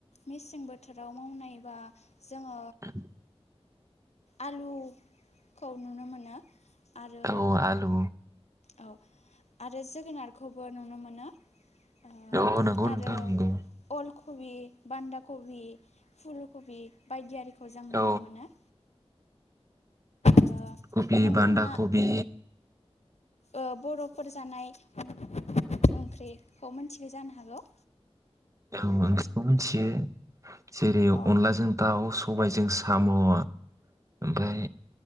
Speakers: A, on the left; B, on the right.
A: मेसें बोथोराव मावनायबा जोङो
B: <inaudible>
A: आलु खौ नुनो मोनो। आरो
B: औ आलु
A: औ आरो जोगोनारखौबो नुनो मोनो। ओ
B: औ नोंगौ
A: आरो
B: नोंथां नोंगौ।
A: अल कबि बान्दा कबि फुलकबि बायदि आरि खौ जों नुनो
B: औ
A: मोनो। ओ
B: कफि
A: नोंथाङा
B: बान्दा, कबि
A: ओ बर'फोर जानाय ओंख्रैखौ मोन्थिगौ जानो हागौ।
B: औ ओंख्रिखौ मिन्थियो। जेरै
A: औ
B: अनलाजों दाउ, सबायाइजों साम' ओमफाय